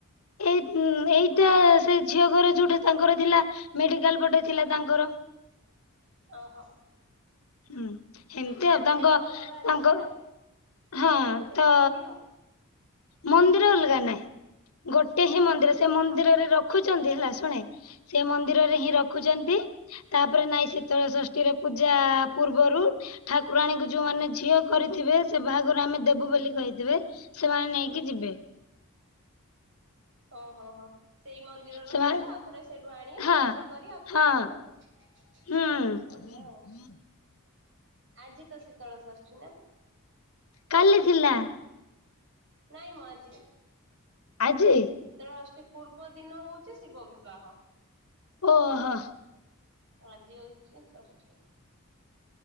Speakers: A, on the left; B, on the right.
A: ଏଇ ଏଇଟା ସେ ଝିଅ ଘର ଯୋଉଠେ ତାଙ୍କର ଥିଲା ମେଡିକାଲ ପଟେ ଥିଲା ତାଙ୍କର।
B: ଓହୋ
A: ହୁଁ। ଏମିତି
B: ଟିକେ
A: ଆଉ ତାଙ୍କ
B: ଅଲଗା ଅଛି
A: ତାଙ୍କ
B: ପୁରା
A: ହଁ
B: ପାର୍ବତୀଙ୍କ
A: ତ
B: ମନ୍ଦିର?
A: ମନ୍ଦିର ଅଲଗା ନାହିଁ ଗୋଟେ
B: ଆଉ
A: ହିଁ ମନ୍ଦିର ସେ ମନ୍ଦିରରେ ରଖୁଛନ୍ତି ହେଲା ଶୁଣେ ସେ ମନ୍ଦିରରେ ହିଁ ରଖୁଛନ୍ତି ତାପରେ ନାଇଁ ଶୀତଳ ଷଷ୍ଠୀ ଷଷ୍ଠୀ ର ପୂଜା ପୂର୍ବରୁ। ଠାକୁରାଣୀକୁ ଯୋଉମାନୋନ ଝିଅ କରିଥିବେ ସେ ବାହାଘରୁ ଆମେ ଦେବୁ ବୋଲି କହିଥିବେ ସେମାନେ ନେଇକି କି ଯିବେ।
B: ଓହୋ ହୋ। ସେଇ ମନ୍ଦିରରୁ
A: ସେମାନେ
B: ନେବେ ଆଉ ଥରେ ସେଇଠୁ ଆଣିବେ
A: ହଁ
B: ବାହାଘର କରି ଆଉ ଥରେ
A: ହଁ
B: ଆଣିବେ ଆଉ।
A: ହୁଁ।
B: ବଢିଆ ଆଉ। ଆଜି ତ ଶୀତଳ ଷଷ୍ଠି ନା।
A: କାଲି ଥିଲା।
B: ନାଇଁ ମଁ ଆଜି।
A: ଆଜି।
B: ଶୀତଳ ଷଷ୍ଠି ପୂର୍ବ ଦିନ ହୋଉଛି ସୀତା ବିଭାହ।
A: ଓହୋ।
B: ଆଜି ହଉଛି ଷଷ୍ଠି।